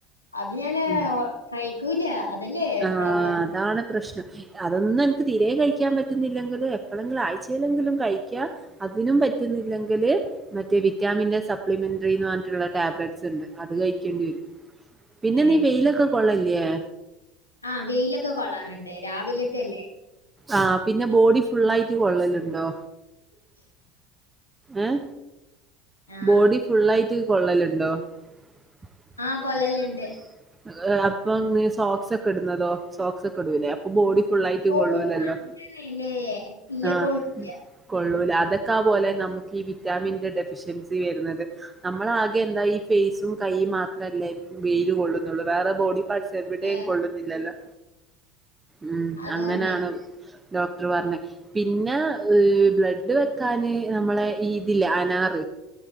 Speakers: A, on the left; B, on the right.
A: അത് ഞാന്
B: ഉം
A: കഴിക്കൂല അതല്ലേ
B: ആഹ്
A: പ്രോബ്ലം.
B: അതാണ് പ്രശ്നം അതൊന്നും അനക്ക് തീരെ കഴിക്കാൻ പറ്റുന്നില്ലെങ്കും എപ്പോഴെങ്കിലും ആഴ്ചയില്ലെങ്കിലും കഴിക്കാ അതിനും പറ്റുന്നില്ലെങ്കില് മറ്റേ വിറ്റാമിന്റെ സപ്ലിമെന്ററി ന്ന് പറഞ്ഞിട്ടുള്ള ടാബ്ലറ്റ്സ് ഉണ്ട് അത് കഴിക്കേണ്ടി വരും പിന്നെ
A: ഏ
B: നീ വെയിലൊക്കെ കൊള്ളല്ലില്ലേ
A: ആഹ വെയിലൊക്കെ കൊള്ളാറുണ്ട് രാവിലത്തെല്ലേ
B: ആ പിന്നെ ബോഡി ഫുുള്ളായിറ്റ് കൊള്ളലുണ്ടോ
A: <unintelligible>
B: ഏഹ
A: ആ
B: ബോഡി ഫുള്ളയിട്ട് കൊള്ളലുണ്ടോ ആ
A: ആ കൊള്ളലുണ്ട്
B: കൊള്ളാലുണ്ട് കൊള്ളാലിണ്ട് ആഹ് അപ്പോ നീ സോക്സ് ഒക്കെ ഇടുന്നതോ സോക്സ് ഒക്കെ ഇടൂലേ അപ്പൊ ബോഡി ഫുള്ളയിട്ട്
A: ഓ
B: കൊള്ളൂലല്ലോ
A: അങ്ങനെയല്ലേ ഇല്ല
B: ആ
A: കോൾഡില്ല
B: കൊള്ളൂല അതൊക്കെ പോലെ നമുക്ക് ഈ വിറ്റാമിന്റെ ഡെഫി ഡെഫിനൻസി വരുന്നത് നമ്മൾ ആകെ എന്താ ഈ ഫേസും കൈയും മാത്രല്ലേ വെയിൽ കൊള്ളുന്നുള്ളൂ വേറെ ബോഡി പാഡ്സ് എവിടെയും
A: ഏ
B: കൊള്ളുന്നില്ലല്ലോ ഉം
A: അതുകൊണ്ട്
B: അങ്ങനാണ് ഡോക്ടർ പറഞ്ഞക് പിന്നെ ബ്ലഡ് വെക്കാാന് നമ്മളെ ഇതില്ലെ അനാർ